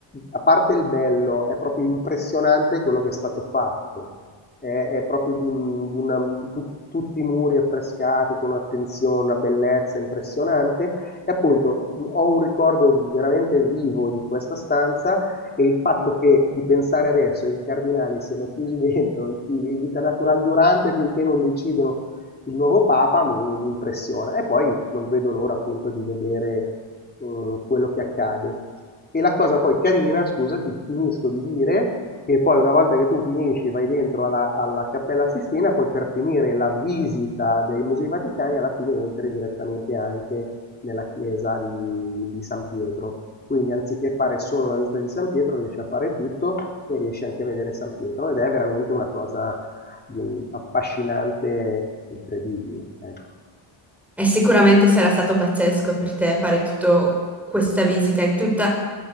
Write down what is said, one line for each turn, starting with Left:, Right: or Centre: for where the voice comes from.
Left: a parte il bello, è proprio impressionante quello che è stato fatto. È, è proprio di, un- di una, tut- tutti i muri affrescati con un'attenzione, una bellezza impressionante. E appunto ho un ricordo veramente vivo di questa stanza e il fatto che di pensare adesso che i cardinali siano chiusi dentro i- i- vita natural durante finché non decidono il nuovo Papa mi, mi impressiona. E poi non vedo l'ora appunto di vedere eh, quello che accade. E la cosa poi carina, scusati, finisco di dire, che poi una volta che tu finisci, vai dentro alla, alla Cappella Sistina, poi per finire la visita dei Musei Vaticani, alla fine entri direttamente anche nella chiesa di, di San Pietro. Quindi anziché fare solo la visita di San Pietro, riesci a fare tutto e riesci anche a vedere San Pietro ed è veramente una cosa mm, affascinante, incredibile. Ecco.
Centre: E sicuramente sarà stato pazzesco per te fare tutta questa visita e tutto